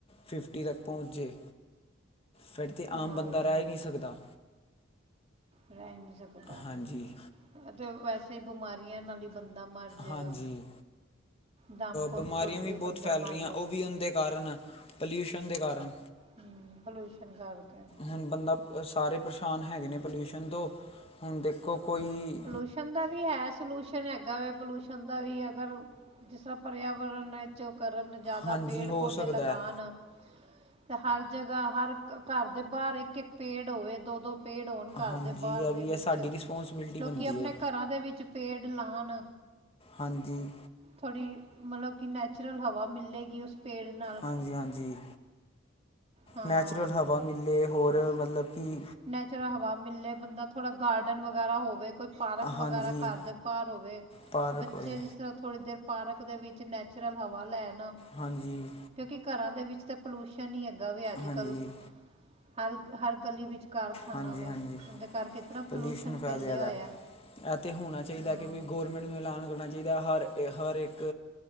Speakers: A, on the left (about 30°); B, on the right (about 30°).
A: ਫਿਫਟੀ ਤੱਕ ਪਹੁੰਚੇ ਫਿਰ ਤਾਂ
B: ਹਾਂ
A: ਆਮ ਬੰਦਾ ਰਹਿ ਹੀ ਨਹੀਂ ਸਕਦਾ।
B: ਰਹਿ ਸਕਦਾ
A: ਹਾਂਜੀ
B: ਅਤੇ ਬਸ ਕਈ ਬਿਮਾਰੀਆਂ ਨਾਲ ਹੀ, ਬੰਦਾ ਮਰ ਜਾਏਗਾ
A: ਹਾਂਜੀ
B: ਦਮ ਘੁੱਟ-ਘੁੱਟ
A: ਬਿਮਾਰੀਆਂ
B: ਕੇ ਹੀ
A: ਬਹੁਤ
B: ਬੰਦਾ
A: ਫੈਲ
B: ਮਰ
A: ਰਹੀਆਂ
B: ਜਾਏਗਾ
A: ਉਹ ਵੀ ਉਹਦੇ ਕਾਰਨ ਪੋਲਿਊਸ਼ਨ ਦੇ ਕਾਰਨ,
B: ਹਮ ਪੋਲੂਸ਼ਨ ਕਰਕੇ
A: ਹੁਣ ਬੰਦਾ ਸਾਰੇ ਪ ਨੁਕਸ਼ਾਨ ਹੈਗੇ ਨੇ ਪੋਲਿਊਸ਼ਨ ਤੋਂ ਹੁਣ ਦੇਖੋ। ਕੋਈ
B: ਪੋਲੂਸ਼ਨ ਦਾ ਵੀ ਹੈ ਸੋਲਿਊ ਸਨ ਹੈਗਾ ਵੇ ਪੋਲਿਊਸਨ ਦਾ ਵੀ ਅਗਰ ਜਿਸ ਤਰ੍ਹਾਂ ਪਰਿਆ ਵਰਨ ਵਿੱਚ ਕਰਨ ਜ਼ਿਆਦਾ
A: ਹਾਂਜੀ
B: ਪੇੜ
A: ਹੋ
B: ਪੌਦੇੇ
A: ਸਕਦਾ
B: ਲਗਾਣ,
A: ਹੈ
B: ਤੇ ਹਰ ਜਗ੍ਹਾ ਹਰ ਘਰ ਦੇ ਬਾਹਰ ਇੱਕ ਇੱਕ ਪੇੜ ਹੋਵੇ ਦੋ ਦੋ, ਪੇੜ ਹੋਣ ਘਰ
A: ਹਾਂਜੀ
B: ਦੇ ਬਾਹਰ
A: ਇਹ
B: ਦੇ
A: ਵੀ
B: ਵਿੱਚ,
A: ਹੈ ਸਾਡੀ ਰਿਸਪੌਂਸਿਬਿਲਟੀ
B: ਲੋਕੀ
A: ਬਣਦੀ
B: ਆਪਣੇ
A: ਹੈ
B: ਘਰਾਂ ਦੇ ਵੀ ਵਿੱਚ ਪੇੜ ਲਾਣ
A: ਹਾਂਜੀ
B: ਥੋੜ੍ਹੀ ਮਤਲਬ ਕਿ ਨੈਚੁਰਲ ਹਵਾ ਮਿਲੇਗੀ ਉਸ ਪੇੜ ਨਾਲ
A: ਹਾਂਜੀ ਹਾਂਜੀ
B: ਹਾਂ
A: ਨੈਚੁਰਲ ਹਵਾ ਮਿਲੇ ਹੋਰ
B: ਬਸ
A: ਮਤਲਬ ਕਿ
B: ਨੈਚੁਰਲ ਹਵਾ ਮਿਲੇ ਬੰਦਾ ਥੋੜਾ ਗਾਰਡਨ ਵਗੈਰਾ ਹੋਵੇ ਕੋਈ ਪਾਰਕ ਵਗੈਰਾ
A: ਹਾਂਜੀ
B: ਘਰ ਦੇ ਬਾਹਰ ਹੋਵੇ
A: ਪਾਰਕ
B: ਬੱਚੇ
A: ਹੋਏ
B: ਜਿਸ ਤਰ੍ਹਾਂ ਥੋੜੀ ਦੇਰ ਪਾਰਕ ਦੇ ਵਿੱਚ ਨੈਚੁਰਲ ਹਵਾ ਲੈਣ
A: ਹਾਂਜੀ
B: ਕਿਉਂਕਿ ਘਰਾਂ ਦੇ ਵਿੱਚ ਤਾਂ ਪੋਲੂਊਸ਼ਨ ਹੀ ਹੈਗੇ ਦਾ ਵੀ ਅੱਜ
A: ਹਾਂਜੀ
B: ਕੱਲ੍ਹ ਹਰ ਹਰ ਗਲੀ ਵਿੱਚ ਕਾਰਖਾਨਾ
A: ਹਾਂਜੀ
B: ਵੇ
A: ਹਾਂਜੀ
B: ਉਹਦੇ ਕਰਕੇ ਇਤਨਾ
A: ਪਲਿਊਸ਼ਨ
B: ਪੋਲੂਸ਼ਨ
A: ਫੈਲਿਆ ਦਾ
B: ਹੋਇਆ
A: ਇਹ ਤਾਂ ਹੋਣਾ ਚਾਹੀਦਾ
B: ਹੂੰ
A: ਕਿ ਵੀ ਗੌਰਮੈਂਟ ਨੂੰ ਐਲਾਨ ਕਰਨਾ ਚਾਹੀਦਾ ਹਰ ਹਰ ਇੱਕ